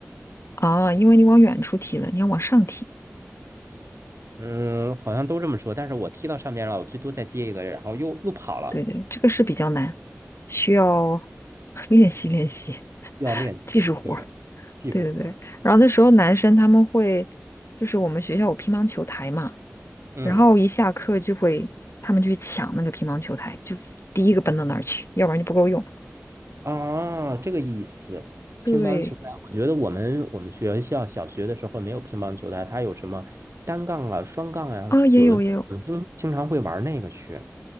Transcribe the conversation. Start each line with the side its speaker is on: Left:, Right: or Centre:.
Left: 啊，因为你往远处踢了，你要往上踢。
Right: 嗯，好像都这么说，但是我踢到上面了，我最多再接一个，然后又又跑了，
Left: 对对，这个是比较难，需要 <laughs> 练习练习
Right: 需要练习，
Left: 技术活儿。
Right: 对，技术活儿。
Left: 对对对，然后那时候男生他们会，就是我们学校有乒乓球台嘛，
Right: 嗯
Left: 然后一下课就会他们就去抢那个乒乓球台，就第一个奔到那儿去，要不然就不够用。
Right: 啊，这个意思。
Left: 对
Right: 乒乓球台，我觉得我们我们学校小学的时候没有乒乓球台，它有什么单杠啊、双杠啊，
Left: 啊，也有也有，
Right: 有的时候我们经经常会玩那个去。